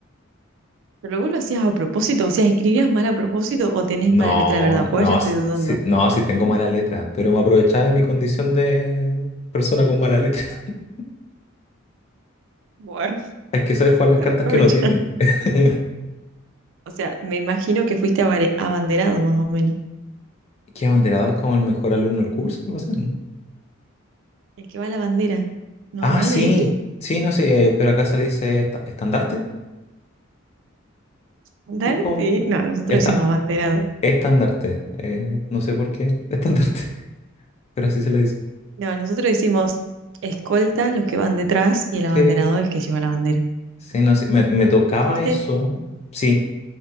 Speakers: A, on the right; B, on the left.
A: Pero vos lo hacías a propósito, o sea, escribías mal a propósito o tenés
B: No,
A: mala letra de verdad, pues
B: no,
A: ya estoy
B: s-
A: dudando.
B: sí, no, sí tengo mala letra, pero me aprovechaba de mi condición de persona con mala letra. <laughs>
A: Bueno, <laughs>
B: Hay que saber jugar las
A: para
B: cartas
A: aprovechar.
B: que uno tiene. <laughs>
A: O sea, me imagino que fuiste abare- abanderado más o menos.
B: Que abanderado es como el mejor alumno del curso, algo así, ¿no?
A: El que va a la bandera.
B: Ah,
A: No, no
B: sí,
A: hay ahí.
B: sí, no sé, eh, pero acá se le dice esta- estandarte.
A: Darte.
B: Es como...
A: No, nosotros
B: Esta,
A: decimos abanderado.
B: estandarte. eh, no sé por qué. <laughs> Estandarte. Pero así se le dice.
A: No, nosotros hicimos escolta, los que van detrás, y el abanderado,
B: Sí,
A: el que lleva la bandera.
B: sí, no sé. Me, me tocaba
A: ¿Fuiste?
B: eso. Sí,